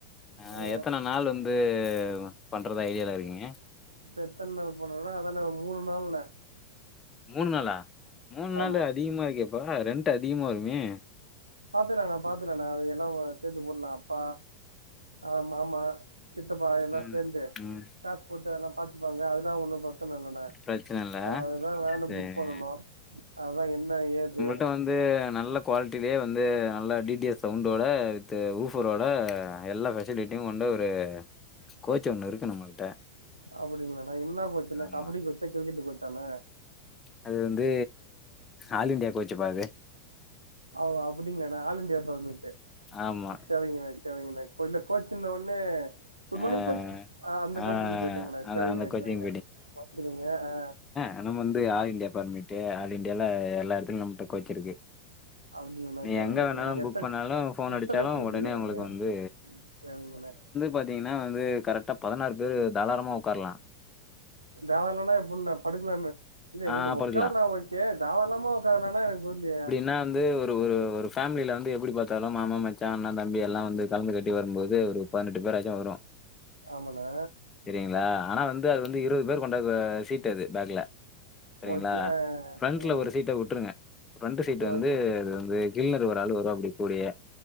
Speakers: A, on the left; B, on the right.
A: அ
B: ஆ
A: எத்தன நாள் வந்து பண்றதா ஐடியால இருக்கீங்க
B: இப்ப எத்தன நாள் போனோம்னா அதான ஒரு மூணு நாள்லண்ணே
A: மூணு நாளா மூணு நாள்
B: ஆமா
A: அதிகமா இருக்கேப்பா ரெண்ட் அதிகமா வருமே
B: பாத்துகலாண்ணா பாத்துகலாண்ணா அது எல்லா சேந்து போடலா அப்பா அ மாமா சித்தப்பா எல்லா
A: ம்
B: சேந்து
A: ம்
B: காசு போட்டு எல்லா பாத்துப்பாங்க அதலான் ஒண்ணு <unintelligible> இல்லன
A: பிரச்சன இல்ல
B: அதுதா வேனு
A: சேரி
B: புக் பண்ணனு அததான் என்ன ஏது
A: இப்ப வந்து நல்ல குவாலிட்டிலேயே வந்து நல்லா டி டி எஸ் சவுண்டோட வித்து ஊஃபரோட எல்லா ஃபெ <unintelligible> கொண்டு ஒரு கோச் ஒன்னு இருக்கு நம்மகிட்ட
B: அப்டிங்களாண்ணே என்ன கோச்சுன
A: ஆமா
B: கபடி கோச்சா கிரிக்கெட் கோச்சானே
A: அது வந்து ஆல் இந்தியா கோச்சு பா அது
B: ஓ அப்டிங்களாண்ண ஆல் இந்தியா பர்மிட்டு
A: ஆமா
B: சரிங்கண்ணே சரிங்கண்ணே இப்ப இல்ல கோச்சுன்னு ஒன்னே குட்
A: ஆ
B: மார்னிங்
A: ஆ
B: கோச் அ அந்த
A: ஆ
B: கோச்சுக்கு போயிட்டேங்கண்ணே
A: அது
B: செரிங்கண்ணே
A: அந்த கோச்சிங்
B: செரிங்கண்ணே பாத்துக்கோங்க அ
A: தெனம் வந்து ஆல் இந்தியா பர்மிட்டு ஆல் இண்டியால எல்லா எடத்துலயு நம்மட்ட கோச்சிருக்கு
B: அப்டிங்களா
A: நீ
B: செரிங்கண்ணே
A: எங்க வேணாலு
B: செரிங்கண்ணே
A: புக்
B: எத்தன
A: பண்ணாலு போன்
B: எத்தன
A: அடிச்சாலு
B: சீட்டுண்ணே
A: உடனே உங்களுக்கு
B: அது
A: வந்து
B: செரிங்கண்ணே
A: பாத்தீங்கன்னா வந்து கரெக்டா பதினாறு பேரு தாராளமா ஒக்காரலா
B: தாராளமான எப்டிண்ணே படுக்க இல்ல எனக்குவந்து
A: ஆ
B: ஒக்காரலா
A: படுக்கலாம்,
B: ஓகே தாராளமா ஒக்காரலனா எனக்கு புரிலையே
A: நா வந்து ஒரு ஃபேமில வந்து எப்டி பாத்தாலு மாமா மச்சா அண்ணா தம்பி எல்லா வந்து கலந்து கட்டி வரும்போது ஒரு பதினெட்டு பேராச்சு வரு
B: ஆமாண்னே
A: <unintelligible> ஆனா வந்து அது வந்து இருவது பேர் கொண்டா சீட்டு அது பேக்ல சரிங்களா
B: ஓகே
A: ஃப்ரண்ட்ல
B: ஆ
A: ஒரு சீட்ட விட்டுருங்க ப்ரெண்டு சீட் வந்து
B: ஓகே
A: அது வந்து க்ளினறு ஒரு ஆளு வருவாப்படி கூடயே